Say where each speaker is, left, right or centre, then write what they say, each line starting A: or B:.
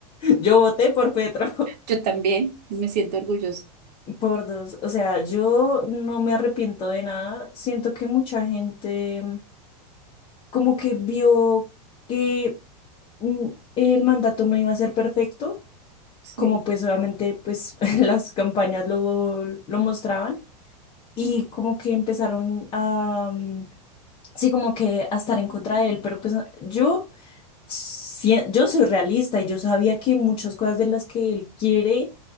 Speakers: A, on the left; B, on the right.
A: Yo voté por Petro,
B: Yo también me siento orgullosa.
A: <laughs> por dos. O sea, yo no me arrepiento de nada. Siento que mucha gente mm, como que vio que mm, el mandato no iba a ser perfecto,
B: Sí.
A: como pues obviamente pues <laughs> las campañas lo, lo mostraban y como que empezaron a... mm, Sí, como que a estar en contra de él, pero pues no- yo, sí- yo soy realista y yo sabía que muchas cosas de las que él quiere